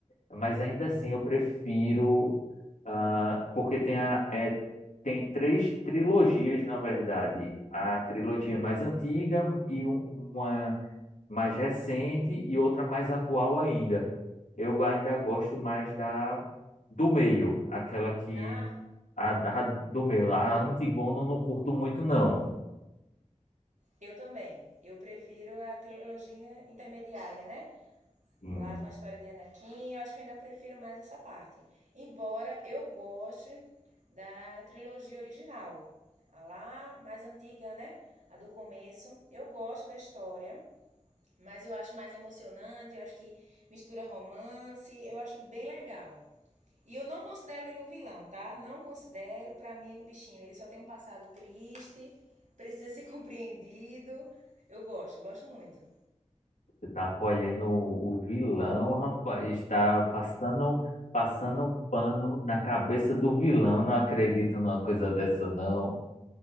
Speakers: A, on the left (about 85°); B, on the right (about 75°).
A: mas ainda assim eu prefiro, ah, porque tem a, é, tem três trilogias, na verdade. A trilogia mais antiga e um- uma mais recente e outra mais atual ainda. eu ainda gosto mais da do meio, aquela que
B: Ah,
A: a, da- do meio, a Antigona eu não curto muito não.
B: eu também. Eu prefiro a trilogia intermediária, né?
A: Hum,
B: lá com a história de Anakin, eu acho que eu ainda prefiro mais essa parte. Embora eu goste da trilogia original, a lá mais antiga, né? A do começo. Eu gosto da história, mas eu acho mais emocionante, eu acho que mistura romance, eu acho bem legal. E eu não considero ele um vilão, tá? Não considero, para mim, o bichinho. Ele só tem um passado triste, precisa ser <laughs> compreendido. Eu gosto, gosto muito.
A: você tá colhendo o vilão, rapaz, está passando passando pano na cabeça do vilão. Não acredito numa coisa dessa não.